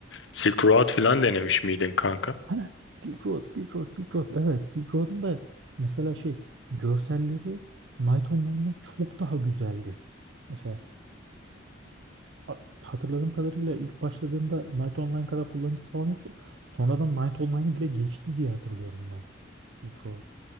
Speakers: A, on the left; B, on the right.
A: Silk Road falan denemiş miydin kanka?
B: Ha, Silk Road, Silk Road, Silk Road. Evet, Silk Road'un da mesela şey görselleri Knight Online'dan çok daha güzeldi. Mesela Ha- Hatırladığım kadarıyla ilk başladığında Knight Online kadar kullanıcısı falan yoktu. Sonradan Knight Online'ı bile geçti diye hatırlıyorum ben. Silk Road.